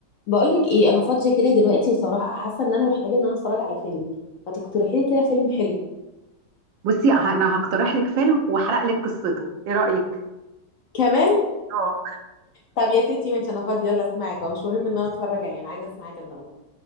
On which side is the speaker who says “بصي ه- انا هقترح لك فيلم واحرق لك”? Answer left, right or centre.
Right